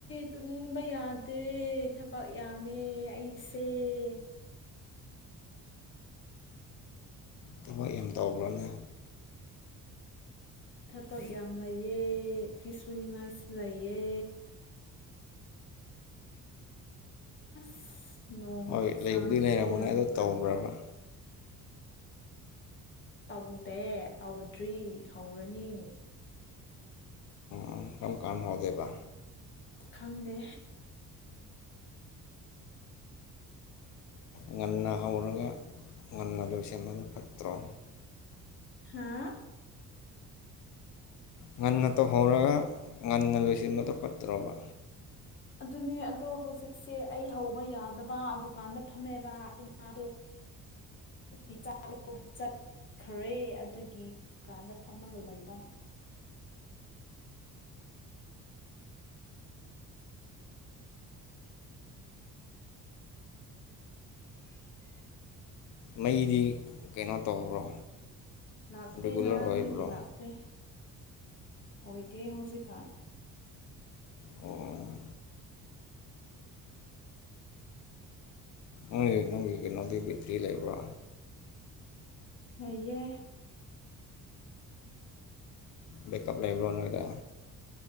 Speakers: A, on the left; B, on the left.
A: ꯇꯨꯝꯅꯤꯡꯕ ꯌꯥꯗꯦ ꯊꯕꯛ ꯌꯥꯝꯃꯦ ꯑꯩꯁꯦ <unintelligible>
B: ꯊꯕꯛ ꯌꯥꯝ ꯇꯧꯕ꯭ꯔꯅꯦ
A: ꯊꯕꯛ ꯌꯥꯝ ꯂꯩꯌꯦ ꯐꯤꯁꯨꯨꯅꯤꯡꯉꯥꯏꯁꯨ ꯂꯩꯌꯦ ꯑꯁ ꯅꯣꯡ
B: ꯍꯣꯏ ꯂꯩꯕꯨꯗꯤ
A: ꯁꯥꯥꯁꯦ
B: ꯂꯩꯔꯝꯒꯅꯤ
A: ꯌꯥꯝ
B: ꯑꯗꯨ ꯇꯧꯕ꯭ꯔꯕ
A: ꯀꯜꯂꯦ ꯇꯧꯗꯦ ꯇꯧꯗ꯭ꯔꯤ ꯍꯧꯔꯅꯤ
B: ꯑꯝ ꯀꯝꯀꯥꯟ ꯍꯧꯗꯣꯏꯕ
A: ꯈꯪꯗꯦ
B: ꯉꯟꯅ ꯍꯧꯔꯒ ꯉꯟꯅ ꯂꯣꯏꯁꯤꯟꯕꯅ ꯐꯠꯇ꯭ꯔꯣ
A: ꯍꯥ
B: ꯉꯟꯅ ꯇꯧꯍꯧꯔꯒ ꯉꯟꯅ ꯂꯣꯏꯁꯤꯟꯕꯗꯣ ꯐꯠꯇ꯭ꯔꯣꯕ
A: ꯑꯗꯨꯅꯦ ꯑꯗꯣ ꯍꯧꯖꯤꯛꯁꯦ ꯑꯩ ꯍꯧꯕ ꯌꯥꯗꯕ ꯗꯨꯀꯥꯟꯗ ꯐꯝꯃꯦꯕ ꯏꯃꯥꯗꯣ <unintelligible> ꯀꯥꯟꯗ ꯐꯝꯃꯒ ꯂꯩꯕ <unintelligible>
B: ꯃꯩꯗꯤ ꯀꯩꯅꯣ ꯇꯧꯕ꯭ꯔꯣ
A: ꯂꯥꯛꯇꯦ
B: ꯔꯤꯒꯨꯂꯔ
A: ꯉꯔꯥꯡꯗꯒꯤ
B: ꯑꯣꯏꯕ꯭ꯔꯣ
A: ꯂꯥꯛꯇꯦ ꯑꯣꯏꯗꯦ ꯍꯧꯖꯤꯛꯀꯥꯟ
B: ꯑꯣ ꯑꯣꯏ ꯅꯪꯒꯤ ꯀꯩꯅꯣꯗꯤ ꯕꯦꯇꯔꯤ ꯂꯩꯕ꯭ꯔꯣ
A: ꯂꯩꯌꯦ
B: ꯕꯦꯛꯑꯞ ꯂꯩꯕ꯭ꯔꯣ ꯅꯣꯏꯗ